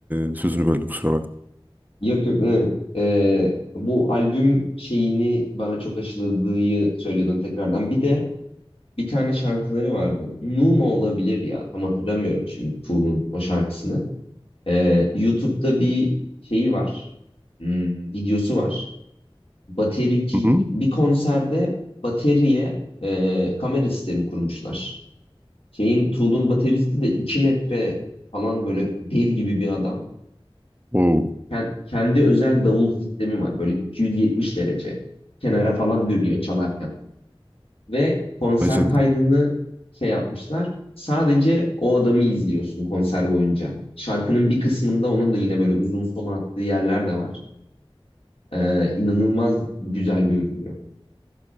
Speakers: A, on the right (about 20°); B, on the left (about 75°).
A: e, sözünü böldüm kusura bakma.
B: Yok yok. evet. Ee, bu albüm şeyini bana çok aşıladığı söylüyordum tekrardan. Bir de bir tane şarkıları vardı. Numa olabilir ya. Tam hatırlamıyorum şimdi Tool'un o şarkısını. Ee, YouTube'da bir şeyi var. Hmm, videosu var. Baterici
A: Hı hı.
B: bir konserde bateriye e, kamera sistemi kurmuşlar. Şeyin Tool'un bateristi de 2 metre falan böyle dev gibi bir adam.
A: Oo,
B: Ken- Kendi özel davul sistemi var. Böyle 270 derece kenara falan dönüyor çalarken. Ve konser
A: vay canına.
B: kaydını şey yapmışlar. Sadece o adamı izliyorsun konser boyunca. Şarkının bir kısmında onun da yine böyle uzun solo attığı yerler de var. Ee, inanılmaz güzel görünüyor.